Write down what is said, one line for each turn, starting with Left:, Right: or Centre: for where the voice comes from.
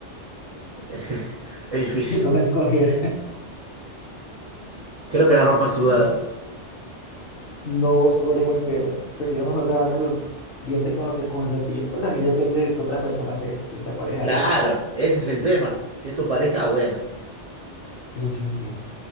Right: <laughs> Es
Left: <laughs>
Right: difícil.
Left: te toca escoger.
Right: Creo que la ropa sudada.
Left: <laughs> No, eso huele muy feo. Prefiero mejor lavarme los dientes con, los, con el cepillo. Pues también depende de que otra persona sea, si es la pareja
Right: Claro,
Left: de uno.
Right: ese es el tema. Si es tu pareja, bueno.
Left: Sí, sí, sí.